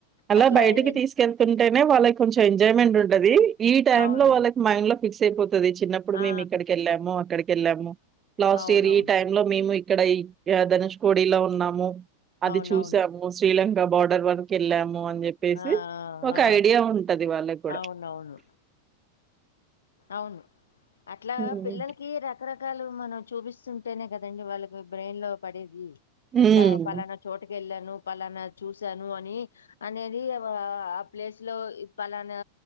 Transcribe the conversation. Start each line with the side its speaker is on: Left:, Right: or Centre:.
Right: అలా
Left: అట్లా
Right: బయటికి
Left: ఏం
Right: తీసుకెళ్తుంటేనే వాళ్ళకి కొంచెం ఎంజాయ్మెంట్ ఉంటు ఉంటది ఈ టై
Left: అవును
Right: లో వాళ్ళకి మైండ్ లో ఫిక్స్ అయిపోతుంది చిన్నప్పుడు
Left: ఆ
Right: మేము ఇక్కడికి వెళ్ళాము అక్కడికి ఎళ్ళాము లాస్ట్
Left: అవునవును
Right: ఇయర్ ఈ టై లో మేము ఇక్కడ ఈ ధనుష్ కోడి లో ఉన్నాము అది
Left: అవునవును.
Right: చూసాము శ్రీలంక బార్డర్ వరకు వెళ్ళాము అని చెప్పేసి
Left: ఆ! ఆ!
Right: ఒక
Left: ఆ!
Right: ఐడియా ఉంటది వాళ్ళకు కూడా
Left: అవునవును. అవును అట్లా
Right: హ్మ్.
Left: పిల్లలకి రకరకాల కాలు మనం చూపిస్తుంటేనే కదండి వాళ్ళకి బ్రెయిన్ లో పడేది
Right: హ్మ్.
Left: ఇట్లా పలానా చోటు వెళ్ళాను పలానా చూశాను అని అనేది ఆ ప్లేస్ లో పలానా